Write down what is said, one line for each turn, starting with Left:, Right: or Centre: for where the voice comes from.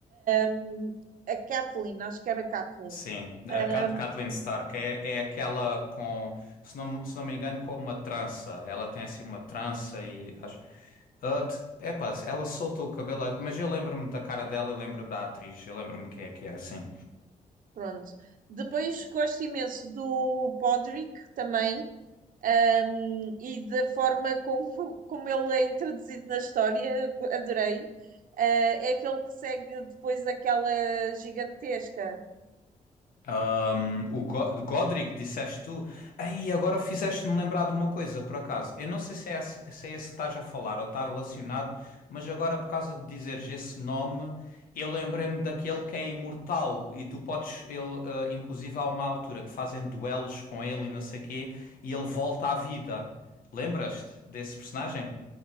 Right: Um, a Kathleen, acho que era a Kathleen.
Left: Sim,
Right: Um,
Left: a Kat- Kathleen Stark é, é aquela com, se não, se não me engano, com uma trança. Ela tem assim uma trança e acho. Ah, t- epá, ela solta o cabelo, mas eu lembro-me da cara dela e lembro da atriz, eu lembro-me quem é que é assim.
Right: pronto. Depois gosto imenso do Podrick também. Um, e da forma como, como ele é introduzido na história, adorei. Uh, é aquele que segue depois aquela gigantesca.
Left: Ahm, o Go- Godric, disseste tu. Aí, agora fizeste-me lembrar de uma coisa, por acaso. Eu não sei se é esse, se é esse que estás a falar ou está relacionado, mas agora, por causa de dizeres esse nome, eu lembrei-me daquele que é imortal e tu podes, ele, ah, inclusive, há uma altura que fazem duelos com ele e não sei quê, e ele volta à vida. Lembras-te desse personagem?